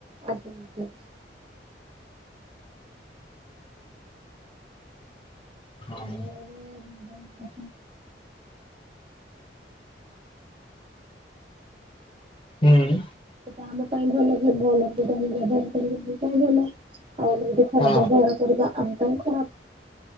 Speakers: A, on the right; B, on the left.
A: ଆଜ୍ଞା ଆଜ୍ଞା।
B: ହଁ।
A: ମୁଁ ଏବେ
B: ହୁଁ।
A: ଆମ ପାଇଁ ଭଲ ଭଲ ସେଟମେ ବ୍ୟବହାର କରୁ ଆମ ଭଲ ଆଉ ଏମିତି ଖରାପ
B: ହଁ
A: ବ୍ୟବହାର କରିବା ଆମ ପାଇଁ ଖରାପ୍।